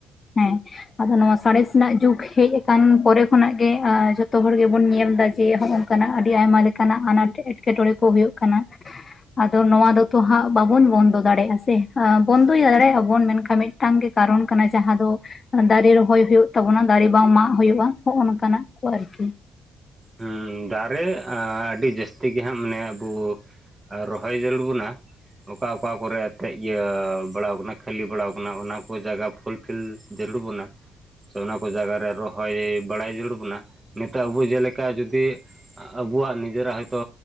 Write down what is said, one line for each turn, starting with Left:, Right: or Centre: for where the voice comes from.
Left: ᱦᱮᱸ, ᱟᱫᱚ ᱱᱚᱣᱟ ᱥᱟᱬᱸᱮᱥ ᱨᱮᱱᱟᱜ ᱡᱩᱜᱽ ᱦᱮᱡ ᱟᱠᱟᱱ ᱯᱚᱨᱮ ᱠᱷᱚᱱᱟᱜ ᱜᱮ ᱟ ᱡᱷᱚᱛᱚ ᱦᱚᱲ ᱜᱮᱵᱚᱱ ᱧᱮᱞ ᱮᱫᱟ ᱡᱮ ᱦᱚᱸᱜ-ᱚᱭ, ᱠᱟᱱᱟ ᱟᱹᱰᱤ ᱟᱭᱢᱟ ᱞᱮᱠᱟᱱᱟᱜ ᱟᱱᱟᱴ ᱮᱴᱠᱮᱴᱚᱬᱮ ᱠᱚ ᱦᱩᱭᱩᱜ ᱠᱟᱱᱟ ᱟᱫᱚ ᱱᱚᱣᱟ ᱫᱚ ᱛᱚ ᱦᱟᱸᱜ ᱵᱟᱵᱚᱱ ᱵᱚᱱᱫᱚ ᱫᱟᱲᱮᱭᱟᱜᱼᱟ ᱥᱮ ᱦᱮᱸ ᱵᱚᱱᱫᱚᱭ ᱫᱟᱲᱮᱭᱟᱜ ᱟᱵᱚᱱ ᱢᱮᱱᱠᱷᱟᱱ ᱢᱤᱫᱴᱟᱝ ᱜᱮ ᱠᱟᱨᱚᱱ ᱠᱟᱱᱟ ᱡᱟᱦᱟᱸ ᱫᱚ ᱫᱟᱨᱮ ᱨᱚᱦᱚᱭ ᱦᱩᱭᱩᱜ ᱛᱟᱵᱚᱱᱟ ᱫᱟᱨᱮ ᱵᱟᱝ ᱢᱟᱜ ᱦᱩᱭᱩᱜᱼᱟ ᱦᱚᱸᱜ-ᱚᱱᱚᱝᱠᱟ ᱱᱟᱜ ᱠᱚ ᱟᱨᱠᱤ,
Right: ᱦᱟᱻᱸ ᱫᱟᱨᱮ ᱟ. ᱟᱹᱰᱤ ᱡᱟᱹᱥᱛᱤ ᱜᱮ ᱦᱟᱸᱜ ᱢᱟᱱᱮ ᱟᱵᱚ, ᱟᱨ ᱨᱚᱦᱚᱭ ᱡᱟᱹᱨᱩᱲ ᱵᱚᱱᱟ, ᱚᱠᱟ ᱚᱠᱟ ᱠᱚᱨᱮ ᱠᱟᱹᱭᱜ ᱤᱭᱟᱹ ᱵᱟᱲᱟᱣ ᱟᱠᱟᱱᱟ ᱠᱷᱟᱹᱞᱤ ᱵᱟᱲᱟᱣ ᱟᱠᱟᱱᱟ ᱚᱱᱟᱠᱚ ᱡᱟᱭᱜᱟ ᱯᱷᱩᱞ ᱯᱷᱤᱞ ᱪᱟᱹᱞᱩ ᱵᱚᱱᱟ ᱥᱮ ᱚᱱᱟᱠᱚ ᱡᱟᱜᱟᱨᱮ ᱨᱚᱦᱚᱭ ᱵᱟᱲᱟᱭ ᱡᱟᱹᱨᱩᱲ ᱵᱚᱱᱟ ᱱᱤᱛᱚᱜ ᱟᱵᱚ ᱡᱮᱞᱮᱠᱟ ᱡᱩᱫᱤ ᱡᱩᱫᱤ ᱟᱵᱚᱣᱟᱜ ᱱᱤᱡᱮᱨᱟᱜ ᱦᱳᱭᱛᱳ